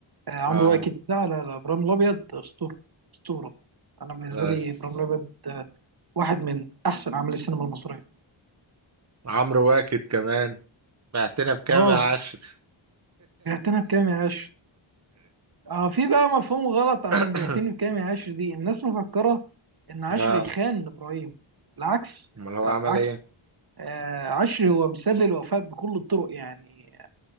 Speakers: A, on the right; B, on the right.
A: آه عمرو
B: اه
A: واكد لا لا لا ابراهيم الابيض اسطوره اسطوره انا بالنسبه
B: بس
A: لي ابراهيم الابيض آه، واحد من احسن اعمال السينما المصريه
B: عمرو واكد كمان بعتنا بكام
A: اه
B: يا عشر
A: بيعتنى بكام يا عاش اه في بقى مفهوم غلط عشان
B: <laughs>
A: بيعتني بكامل عاشر دي الناس مفكرة ان عاشر
B: اه
A: يخان ابراهيم العكس
B: امال هو
A: العكس
B: عمل ايه
A: آه عشري هو مثال للوفاء بكل الطرق يعني